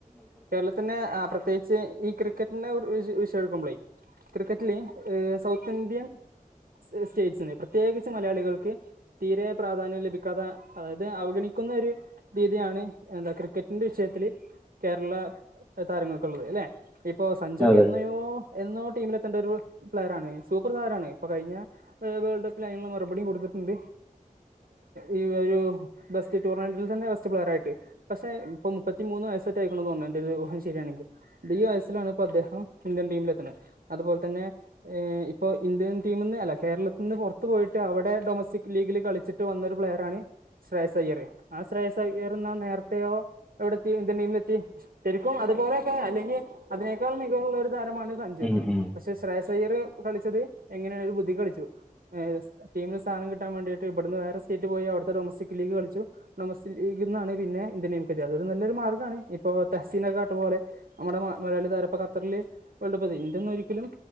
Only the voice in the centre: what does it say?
അതെ
ഉം ഉം.